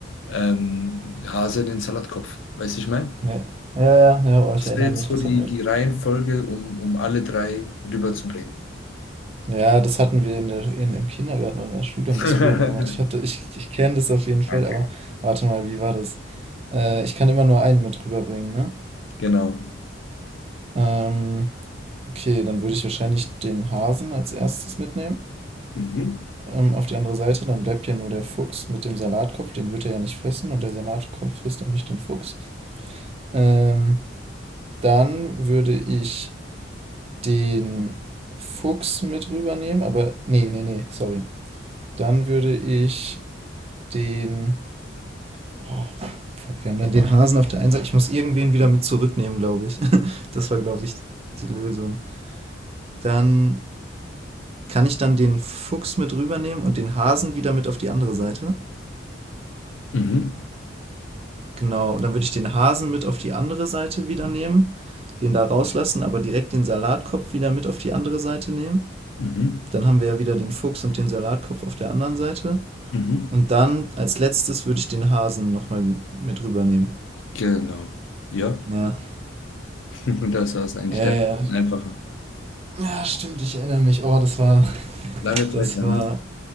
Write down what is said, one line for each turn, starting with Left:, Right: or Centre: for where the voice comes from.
Left: ähm, Hase den Salatkopf. Weißt du, ich meine?
Right: Ja. Ja, ja, ja, oh,
Left: Das
Right: ich erinnere
Left: wäre jetzt
Right: mich,
Left: so
Right: das
Left: die,
Right: hatten wir.
Left: die Reihenfolge, um, um alle drei rüberzubringen.
Right: Ja, das hatten wir in der, in, im Kindergarten oder in der Schule,
Left: <laughs>
Right: haben wir es früher mal gemacht. Ich hatte, ich, ich kenne das auf jeden Fall,
Left: Okay.
Right: aber warte mal, wie war das? Äh, ich kann immer nur einen mit rüberbringen, ne?
Left: Genau.
Right: Ähm, okay, dann würde ich wahrscheinlich den Hasen als erstes mitnehmen.
Left: Mhm.
Right: Ähm, auf die andere Seite, dann bleibt ja nur der Fuchs mit dem Salatkopf, den wird er ja nicht fressen und der Salatkopf frisst auch nicht den Fuchs. Ähm, Dann würde ich den Fuchs mit rübernehmen, aber nee, nee, nee, sorry. Dann würde ich den. Oh, fuck, wir haben dann den Hasen auf der einen Seite. Ich muss irgendwen wieder mit zurücknehmen, glaube ich. <laughs> Das war, glaube ich, die Lösung. Dann kann ich dann den Fuchs mit rübernehmen und den Hasen wieder mit auf die andere Seite.
Left: Mhm.
Right: Genau, und dann würde ich den Hasen mit auf die andere Seite wieder nehmen, den da rauslassen, aber direkt den Salatkopf wieder mit auf die andere Seite nehmen.
Left: Mhm.
Right: Dann haben wir ja wieder den Fuchs und den Salatkopf auf der anderen Seite.
Left: Mhm.
Right: Und dann als letztes würde ich den Hasen nochmal mit rübernehmen.
Left: Genau. Ja,
Right: Ja.
Left: <laughs> das war es eigentlich.
Right: Ja,
Left: Der
Right: ja.
Left: ist einfacher.
Right: Ja, stimmt, ich erinnere mich. Oh, das war.
Left: Lange Zeit
Right: Das
Left: her,
Right: war.
Left: ne?